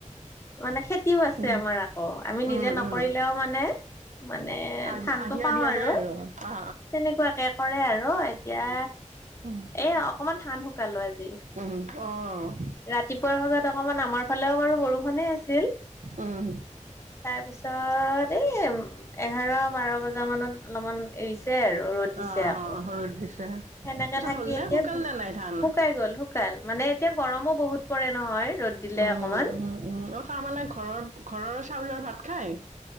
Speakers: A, on the left; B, on the right.
A: মানে খেতিও আছে
B: উম উম
A: আমাৰ আক', আমি
B: উম
A: নিজে নকৰিলেও
B: উম
A: মানে, মানে
B: আ
A: ধানটো
B: আধিয়া
A: পাওঁ
B: দিয়া
A: আৰু
B: যায় অ অ
A: তেনেকুৱাকে কৰে আৰু, এতিয়া!
B: অহ।
A: এ অকমান ধান শুকালো আজি,
B: উহ হ, অ' <unintelligible> অ'
A: ৰাতিপুৱাৰ ভাগত অকমান আমাৰ ফালেও বাৰু বৰষুণে আছিল!
B: উম
A: তাৰ পিছত, এই এঘাৰ বাৰ বজা মানত অলপমান এৰিছে, তিয়াহে আৰু ৰ'দ দিছে
B: অ
A: আকৌ।
B: অ ৰ'দ দিছে।
A: সেনেকে
B: পিছত
A: থাকি
B: হ'ল নে
A: এতিয়া
B: শুকাল নে নাই ধান
A: শুকাই গল শুকাল। মানে এতিয়া গৰমো বহুত। পৰে নহয় ৰ'দ, দিলে
B: অঁ
A: অকমান
B: অঁ অঁ অ তাৰমানে ঘৰত ঘৰৰ চাউলৰ ভাত খাই।